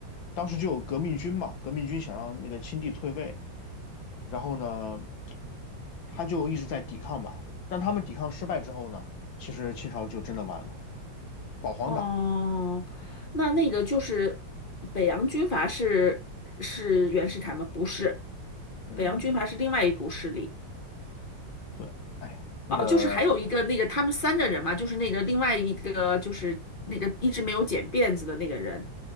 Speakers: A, on the left; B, on the left.
A: 当时就有革命军嘛，革命军想让那个清帝退位，然后呢，他就一直在抵抗吧，但他们抵抗失败之后呢，其实清朝就真的完了，保皇党。
B: 哦，
A: 嗯。
B: 那那个就是北洋军阀是是袁世凯吗？不是，
A: 嗯。
B: 北洋军阀是另外一股势力。
A: 对，哎呀，那个，
B: 哦，就是还有一个那个他们三个人嘛，就是那个另外一个就是那个一直没有剪辫子的那个人。